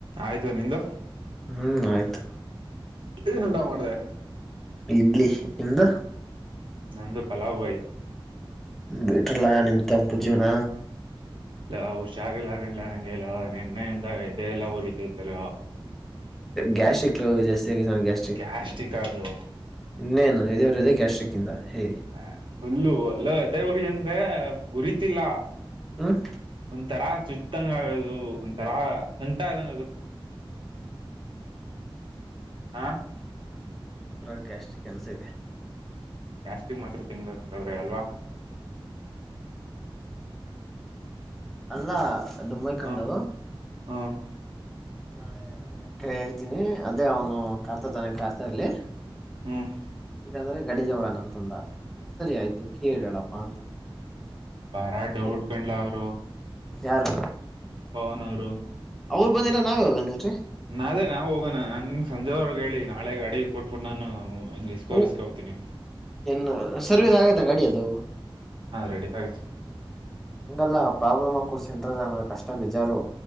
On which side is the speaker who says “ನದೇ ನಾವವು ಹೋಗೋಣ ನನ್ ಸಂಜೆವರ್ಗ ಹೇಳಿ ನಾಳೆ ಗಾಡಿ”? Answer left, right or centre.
Right